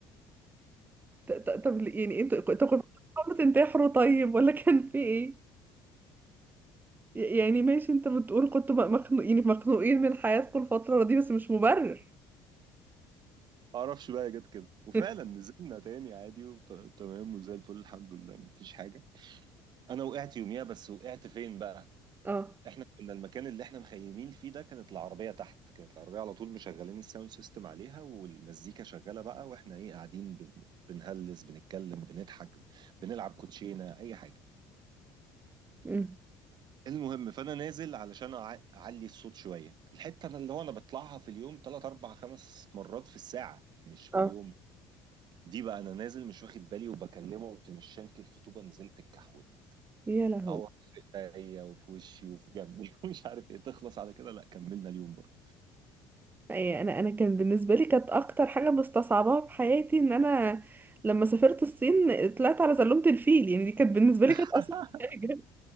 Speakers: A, on the right; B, on the right.
A: ط- ط- طب يعني انتوا انتوا كنتوا بتحاولوا تنتحروا طيب ولا كان في ايه يعني ماشي انت بتقول كنتوا بقى مخنوق يعني مخنوقين من حياتكم الفترة دي بس مش مبرر
B: ما اعرفش بقى جت كده وفعلا
A: <laughs>
B: نزلنا تاني عادي وتمام وزي الفل الحمد لله مفيش حاجه انا وقعت يوميها بس وقعت فين بقى
A: اه
B: احنا كنا المكان اللي احنا مخيمين فيه ده كانت العربيه تحت كانت العربيه على طول مشغلين الساوند سيستم عليها والمزيكا شغاله بقى واحنا ايه قاعدين بن... بنهلس بنتكلم بنضحك بنلعب كوتشينه اي حاجه
A: امم
B: المهم فانا نازل علشان أع- اعلي الصوت شويه الحته انا اللي هو انا بطلعها في اليوم 3 4 5 مرات في الساعه مش في
A: اه
B: اليوم دي بقى انا نازل مش واخد بالي وبكلمه قمت مش شانكل في طوبه نزلت اتكحولت
A: يا لهوي
B: تعور في ايديا وفي وشي وفي جنبي <laughs> ومش عارف ايه تخلص على كده لا كملنا اليوم برضه
A: أي انا انا كان بالنسبه لي كانت اكتر حاجه مستصعباها في حياتي ان انا لما سافرت الصين طلعت على زلومه الفيل يعني دي كانت بالنسبه لي
B: <laughs>
A: كانت اصعب <laughs> حاجه